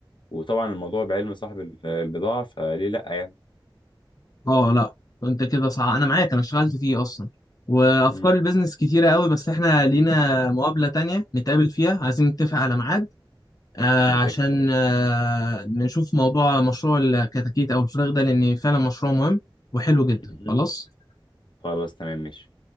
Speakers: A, on the left (about 65°); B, on the left (about 45°).
A: وطبعا الموضوع بعلم صاحب ال- البضاعة فليه لا يعني
B: اه لا انت كده صح انا معاك انا اشتغلت فيه اصلا وافكار
A: مم.
B: البيزنس كتيره قوي بس احنا لينا مقابله تانية نتقابل فيها عايزين نتفق على ميعاد
A: مفيش
B: آه
A: مشاكل
B: عشان
A: خلاص
B: آه نشوف موضوع مشروع الكتاكيت او الفراخ ده لان فعلا مشروع مهم وحلو جدا
A: مهم.
B: خلاص
A: خلاص تمام ماشي